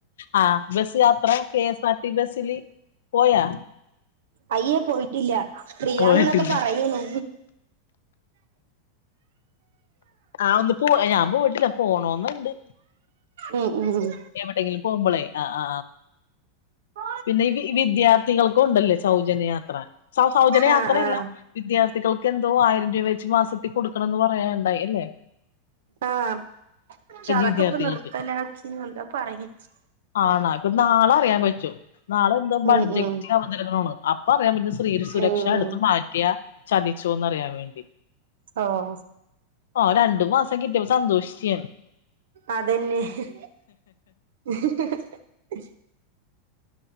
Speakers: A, on the left (about 75°); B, on the right (about 70°).
A: ആ ബസ് യാത്ര കെ എസ് ആർടി ബസില് പോയാ?
B: അയ്യേ പോയിട്ടില്ല പ്രിയ
A: പോയിട്ടില്ല
B: എന്ന്ന്നൊക്കെ പറയുണു
A: ആഹ് ഒന്ന് പോ ഞാൻ പോയിട്ടില്ല പോണോന്ന്ണ്ട്
B: ഉം ഉം
A: എവിടെങ്കിലും പോകുമ്പോളേ ആ ആ
B: ആ
A: പിന്നെ വിദ്യാർത്ഥികൾക്കുണ്ടല്ലേ സൗജന്യയാത്ര സ സൗജന്യയാത്രല്ല
B: ആഹ് ആഹ്
A: വിദ്യാർത്ഥികൾക്ക് എന്തോ ആയിരം രൂപ വെച്ച് മാസത്തിൽ കൊടുക്കണം എന്ന് പറയേണ്ടായി അല്ലെ?
B: ആഹ് പക്ഷെ അതൊക്കെ
A: വിദ്യാർത്ഥികൾക്ക്
B: ഇപ്പൊ നർത്തലാക്കിന്ന് എന്താ പറയണ്ട്
A: ആണാ ഇപ്പൊ നാളെ അറിയാൻ പറ്റും നാളെ എന്തോ ബഡ്ജറ്റ്
B: ഉം ഉം
A: അവതരണാണ് ഇപ്പൊ അറിയൻ പറ്റും സ്ത്രീ സുരക്ഷ
B: ഉം ഉം
A: എടുത്ത് മാറ്റിയാ ചതിച്ചോന്ന്റിയാൻ വേണ്ടി
B: ഓഹ്
A: ആ രണ്ടു മാസം കിട്ടിയ പ്പോ സന്തോഷിച്ചു
B: അതെന്നെ ഹ് ഹ്